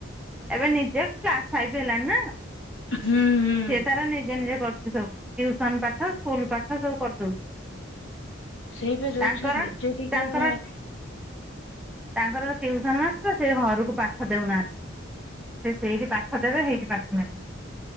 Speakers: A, in the centre; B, on the left.
A: ଏବେ ନିଜେ କ୍ଲାସ୍ ଫାଇଫ୍ ହେଲାଣିି ନା?
B: ହୁଁ ହୁଁ।
A: ସେ ତାର ନିଜେ ନିଜେ କରୁଛି ସବୁ। ଟ୍ୟୁସନ ପାଠ, ସ୍କୁଲ ପାଠ ସବୁ କରିଦଉଛି।
B: ସେଇପା ଯଉ
A: ତାଙ୍କର
B: ଛୁଆ ନିଜ ଟିକେ-ଏ
A: ତାଙ୍କର ତାଙ୍କର ଟ୍ୟୁସନ ମାଷ୍ଟର ସେ ଘରକୁ ପାଠ ଦେଉନାହାଁନ୍ତି। ସେ ସେଇଠି ପାଠ ଦେବେ, ହେଇଠି ପାଠ ନେବେ।